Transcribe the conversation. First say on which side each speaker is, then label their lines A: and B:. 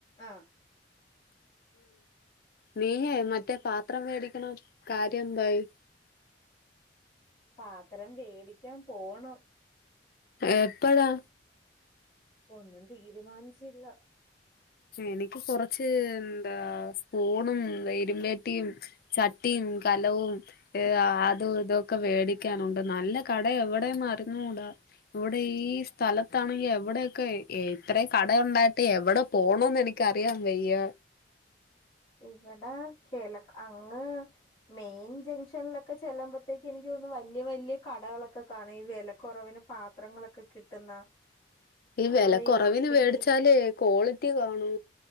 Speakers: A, on the left; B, on the left.
A: ആ
B: നീ യെ മറ്റേ പാത്രം വേടിക്കുന്ന കാര്യമെന്തായി
A: പാത്രം വേടിക്കാൻ പോണം
B: എപ്പോഴാ
A: ഒന്നും തീരുമാനിച്ചില്ല
B: എനിക്ക് കുറച്ച് എന്താ സ്പൂണും വെരും വെട്ടിയും ചട്ടിയും കലവും അതും ഇതും ഒക്കെ വെടിക്കാൻ ഉണ്ട് നല്ല കടയാണ് ഇവിടെ ഒന്നും അറിഞ്ഞൂടാ ഇവിടെ ഈ സ്ഥലത്താണെങ്കിൽ എവിടെയൊക്കെ ഇത്രയും കട ഉണ്ടായിട്ട് എവിടെ പോണം എന്ന് എനിക്കറിയാൻ വയ്യ
A: ഇവിടെ <unintelligible> അങ്ങ് ആ മൈൻ ജംഗ്ഷനിൽ ഒക്കെ ചെല്ലുമ്പത്തേക്ക് എനിക്ക് തോന്നും വലിയ വലിയ കടകൾ ഒക്കെ കാണും ഈ വിലക്കുറവിന് പാത്രങ്ങൾ ഒക്കെ കിട്ടുന്ന
B: ഈ
A: നമ്മളെ
B: വിലക്കുറവിന്
A: ഹോസ്പിറ്റൽ
B: വേടിച്ചാൽ ക്വാളിറ്റി കാണോ